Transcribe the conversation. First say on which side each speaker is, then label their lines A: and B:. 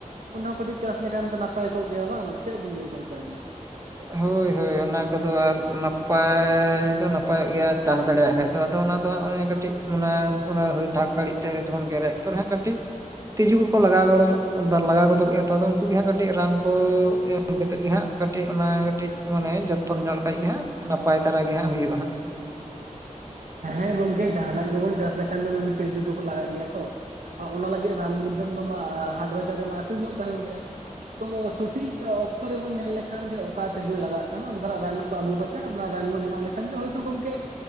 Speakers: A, on the right; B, on the right.
A: ᱚᱱᱟ ᱦᱚᱸ ᱠᱟᱹᱴᱤᱡ ᱪᱟᱥ ᱞᱮᱠᱷᱟᱱ ᱫᱚ ᱱᱟᱯᱟᱭ ᱠᱚᱜ ᱜᱮᱭᱟ ᱵᱟᱝ ᱪᱮᱫ ᱵᱤᱱ ᱞᱟᱹᱭᱟ ᱜᱚᱝᱠᱮ ᱟᱵᱤᱱ ᱾
B: ᱦᱳᱭ ᱦᱳᱭ ᱚᱱᱟ ᱠᱚᱫᱚ ᱟᱨ ᱱᱟᱯᱟᱭ ᱫᱚ ᱱᱟᱯᱟᱭᱚᱜ ᱜᱮᱭᱟ ᱪᱟᱥ ᱫᱟᱲᱮᱭᱟᱜ ᱠᱷᱟᱡ ᱫᱚ ᱟᱫᱚ ᱚᱱᱟ ᱾ <unintelligible> ᱚᱱᱮ ᱠᱟᱹᱴᱤᱡ ᱢᱟᱱᱮ <unintelligible> ᱰᱷᱟᱠ ᱜᱟᱹᱲᱤᱡ ᱴᱟᱭᱤᱢ ᱨᱮ ᱡᱚᱠᱷᱚᱱ ᱜᱮᱞᱮᱜ ᱚᱠᱛᱚ ᱨᱮ ᱦᱟᱸᱜ ᱠᱟᱹᱴᱤᱡ ᱾ ᱛᱤᱡᱩ ᱠᱚᱠᱚ ᱞᱟᱜᱟᱣ <unintelligible> ᱜᱚᱫᱚᱜ ᱜᱮᱭᱟ ᱛᱚ ᱩᱱᱠᱩ ᱜᱮ ᱦᱟᱸᱜ ᱠᱟᱹᱴᱤᱡ ᱨᱟᱱ ᱠᱚ ᱮᱢ ᱠᱟᱛᱮᱫ ᱜᱮ ᱦᱟᱸᱜ ᱾ ᱠᱟᱹᱴᱤᱡ ᱚᱱᱟ ᱠᱟᱹᱴᱤᱡ ᱢᱟᱱᱮ ᱡᱚᱛᱚᱱ ᱧᱚᱜ ᱞᱮᱠᱷᱟᱡ ᱜᱮ ᱦᱟᱸᱜ ᱱᱟᱯᱟᱭ ᱫᱟᱨᱟ ᱜᱮ ᱦᱟᱸᱜ ᱦᱩᱭᱩᱜᱼᱟ ᱦᱟᱸᱜ᱾
A: ᱦᱮᱸ ᱜᱚᱝᱠᱮ ᱡᱟᱦᱟᱱᱟᱜ ᱜᱮᱵᱚᱱ ᱪᱟᱥ ᱞᱮᱠᱷᱟᱱ ᱫᱚ ᱛᱤᱡᱩ ᱫᱚᱠᱚ ᱞᱟᱜᱟᱜ ᱜᱮᱭᱟ ᱛᱚ ᱾ ᱚᱱᱟ ᱞᱟᱹᱜᱤᱫ ᱨᱟᱱ ᱢᱩᱨᱜᱟᱹᱱ ᱫᱚ ᱢᱟ ᱦᱟᱴ ᱵᱟᱡᱟᱨ ᱨᱮᱢᱟ ᱟᱠᱷᱨᱤᱧᱚᱜ ᱠᱟᱱ ᱜᱮᱭᱟ ᱾ ᱛᱚ ᱥᱚᱴᱷᱤᱠ ᱚᱠᱛᱚ ᱨᱮᱵᱚᱱ ᱧᱮᱞ ᱞᱮᱠᱷᱟᱱ ᱡᱮ ᱚᱠᱟ ᱛᱤᱡᱩ ᱞᱟᱜᱟᱜ ᱠᱟᱱᱟ ᱚᱱᱠᱟᱱᱟᱜ ᱨᱟᱱ ᱠᱚ ᱟᱹᱜᱩ ᱠᱟᱛᱮ ᱚᱱᱟ ᱨᱟᱱ ᱵᱚᱱ ᱮᱢᱟᱜ ᱞᱮᱠᱷᱟᱱ ᱜᱮ ᱦᱚᱭᱛᱚ ᱜᱚᱝᱠᱮ